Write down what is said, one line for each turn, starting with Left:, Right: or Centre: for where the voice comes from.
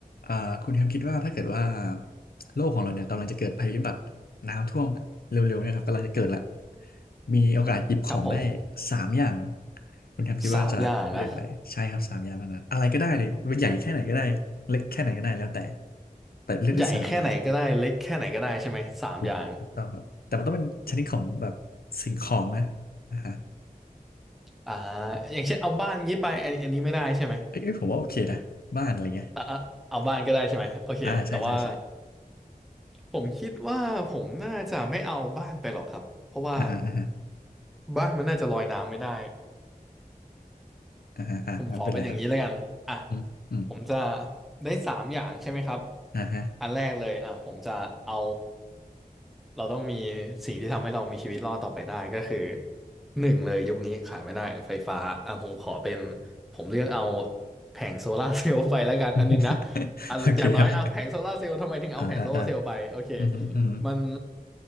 Left: อ่าคุณแฮมคิดว่าถ้าเกิดว่าโลกของเราเนี่ยกำลังจะเกิดภัยพิบัติน้ำท่วมละเร็วๆเนี่ยครับกำลังจะเกิดละมีโอกาสหยิบของได้
Centre: ครับผม
Left: สามอย่างคุณแฮมคิดว่าจะเลือกอะไรใช่ครับสามอย่างเท่านั้นอะไรก็ได้เลยใหญ่แค่ไหนก็ได้เล็กแค่ไหนก็ได้แล้วแต่
Centre: สามอย่างนะ
Left: แต่เลือกได้สามอย่าง
Centre: ใหญ่แค่ไหนก็ได้เล็กแค่ไหนก็ได้ใช่ไหมสามอย่าง
Left: ถูกถูกต้องครับแต่มันต้องเป็นชนิดของแบบสิ่งของนะอ่าฮะ
Centre: อ่าอย่างเช่นเอาบ้านงี้ไปอันอันนี้ไม่ได้ใช่ไหม
Left: เอ้ยเอ้ยผมว่าโอเคนะบ้านอะไรเงี้ย
Centre: อ่าอ่าเอาบ้านก็ได้ใช่ไหมโอเคแต่ว่า
Left: <laughs> อ่าใช่ใช่ใช่
Centre: ผมคิดว่าผมน่าจะไม่เอาบ้านไปหรอกครับเพราะว่า
Left: อ่าฮะอ่าฮะ
Centre: บ้านมันน่าจะลอยน้ำไม่ได้
Left: อ่าฮะอ่ะงั้นไปเลยครับ
Centre: ผมขอเป็นอย่างนี้แล้วกันอ่ะ
Left: อืมอืม
Centre: ผมจะได้สามอย่างใช่ไหมครับ
Left: อ่าฮะ
Centre: อันแรกเลยอ่ะผมจะเอาเราต้องมีสิ่งที่ทำให้เรามีชีวิตรอดต่อไปได้ก็คือหนึ่งเลยยุคนี้ขาดไม่ได้ไฟฟ้าอ่ะผมขอเป็นผมเลือกเอาแผงโซลาร์เซลล์ไปแล้วกันอันหนึงนะ
Left: <laughs>
Centre: อ่ะอย่างน้อยเอาแผงโซลาร์เซลล์ทำไมถึงเอาแผงโซลาร์เซลล์ไปโอเค
Left: โอเคครับอ่าอ่าอ่าอืมอหืม
Centre: มัน